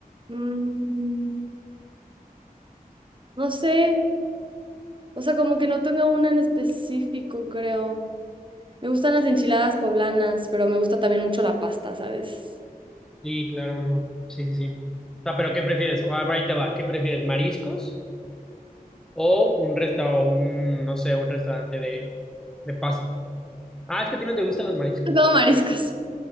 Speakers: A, on the right; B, in the centre.
A: Mm. No sé, o sea, como que no tengo una en específico, creo. Me gustan las enchiladas poblanas, pero me gusta también mucho la pasta, ¿sabes?
B: Sí, claro, no. Sí, sí, sí. O sea, pero ¿qué prefieres? Ah, Ahí te va. ¿Qué prefieres? ¿Mariscos o un restaurante, un, no sé, un restaurante de, de pasta? Ah, es que a ti no te gustan los mariscos,
A: <laughs> Como
B: ¿no?
A: mariscos.